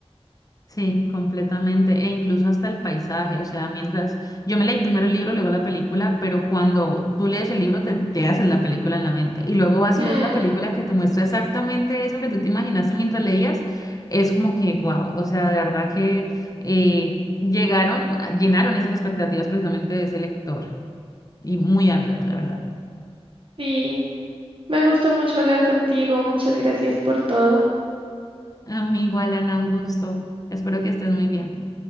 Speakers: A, on the left; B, on the right.
A: Sí, completamente. E incluso hasta el paisaje. O sea, mientras yo me leí primero el libro, luego la película, pero cuando tú lees el libro te, te haces la película en la mente. Y luego vas
B: Mm,
A: y ves la película que te muestra exactamente eso que tú te imaginaste mientras leías. Es como que, wow. O sea, de verdad que eh, llegaron, llenaron esas expectativas precisamente de ese lector. Y muy ávido, de verdad.
B: sí, me gustó mucho hablar contigo, muchas gracias por todo.
A: Amigo Alana, un gusto. Espero que estés muy bien.